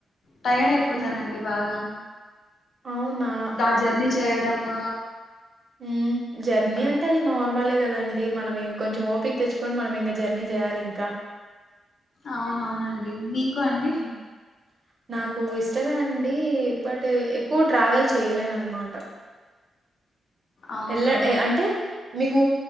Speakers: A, on the left; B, on the right.
A: టైర్డ్ అయిపోతానండి
B: హ్మ్.
A: బాగా
B: అవునా
A: ద ఆ జర్నీ చేయడము
B: ఉమ్ జర్నీ
A: అలా
B: అంటే అది నార్మలే కదండి మనం ఇంక కొంచెం ఓపిక తెచ్చుకొని మనం ఇంకా జర్నీ చేయాలి ఇంకా
A: అవునవునండి మీకు అండి
B: హ్మ్. నాకు ఇష్టమే అండి బట్ ఎక్కువ ట్రావెల్ చెయలేను అనమాట
A: అవునా
B: ఎలా అంటే మీకు